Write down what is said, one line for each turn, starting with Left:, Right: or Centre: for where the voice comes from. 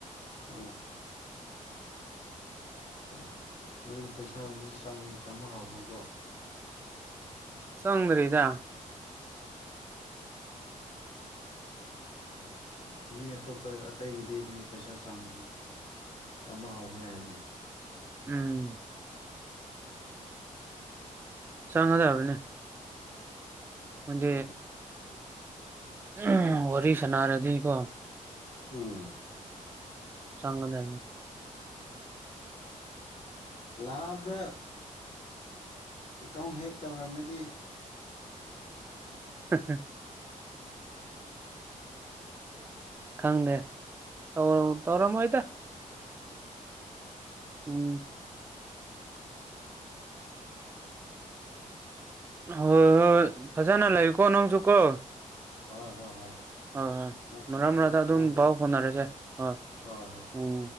Left: ꯑꯣ ꯑ ꯑꯗꯨꯗꯤ ꯄꯩꯁꯥꯒꯨꯝꯕꯁꯦ ꯆꯪ ꯆꯪꯕ ꯍꯧꯥꯎꯈ꯭ꯔꯕ꯭ꯔꯣ
Right: ꯆꯪꯗꯔꯤꯗ
Left: ꯃꯤ ꯑꯇꯣꯞ ꯑꯇꯩꯒꯤꯗꯤ ꯃꯤ ꯄꯩꯁꯥ ꯆꯥꯡ ꯆꯃ ꯍꯧꯒꯔ꯭ꯦ ꯍꯥꯏꯅꯦ
Right: ꯎꯝ ꯆꯪꯉꯗꯕꯅꯦ ꯍꯣꯟꯒꯦ
Left: ꯎꯝ
Right: ꯎꯝ ꯋꯥꯔꯤ ꯁꯥꯅꯔꯗꯤꯀꯣ
Left: ꯎꯝ
Right: ꯆꯥꯡꯒꯗ
Left: ꯂꯥꯁꯇ ꯑꯦꯀꯥꯎꯟ ꯍꯦꯛ ꯇꯧꯔꯝꯃꯗꯤ
Right: <inaudible> ꯈꯪꯗꯦ ꯇꯧ ꯇꯧꯔꯝꯃꯣꯢꯗ ꯎꯝ
Left: <inaudible>
Right: ꯍꯣꯏ ꯍꯣꯏ ꯐꯖꯅ ꯂꯩꯀꯣ ꯅꯪꯁꯨꯀꯣ
Left: ꯍꯣꯏ ꯍꯣꯏ ꯍꯣꯏ
Right: ꯍꯣꯏ ꯍꯣꯏ
Left: ꯑꯃꯨꯛ ꯐꯥꯎ-
Right: ꯃꯔꯛ ꯃꯔꯗ
Left: ꯑꯃꯨꯛ ꯐꯥꯎꯅꯁꯦ
Right: ꯑꯗꯨꯝ ꯄꯥꯎ ꯐꯥꯎꯅꯔꯁꯦ ꯑꯣꯏ
Left: ꯍꯣꯏ ꯍꯣꯏ
Right: ꯎꯝ